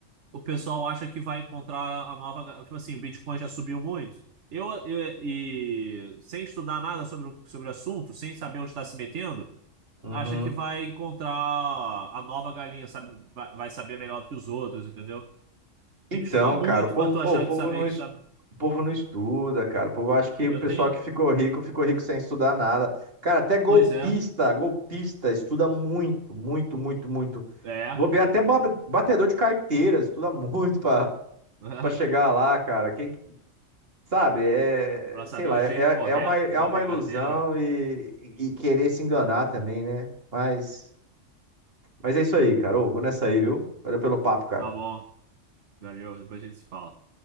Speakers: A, on the right (about 65°); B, on the right (about 50°).
A: o pessoal acha que vai encontrar a nova. ga- Tipo assim, o Bitcoin já subiu muito. Eu, eu- e sem estudar nada sobre, o- sobre o assunto, sem saber onde está se metendo,
B: Uhum.
A: acha que vai encontrar a nova galinha, sabe? Vai, vai saber melhor do que os outros, entendeu? Tem
B: Então,
A: que estudar muito
B: cara, o povo,
A: para tu achar
B: ô, o povo
A: que saber
B: não,
A: que
B: es-
A: sabe.
B: o povo não estuda, cara. O povo acha que o
A: Eu
B: pessoal
A: tenho.
B: que ficou rico, ficou rico sem estudar nada. Cara, até golpista,
A: Pois é.
B: golpista, estuda muito, muito, muito, muito.
A: É.
B: Vou ver até ba- batedor de carteira, estuda <laughs> muito
A: <laughs>
B: Pra chegar lá, cara, quem que- sabe, é,
A: Para
B: sei
A: saber
B: lá,
A: o jeito
B: é,
A: correto
B: é uma, é
A: de bater
B: uma ilusão
A: carteira.
B: e, e querer se enganar também, né? Mas, mas é isso aí, cara. Ô, vou nessa aí, viu? Valeu pelo papo, cara.
A: Tá bom. Valeu. Depois a gente se fala.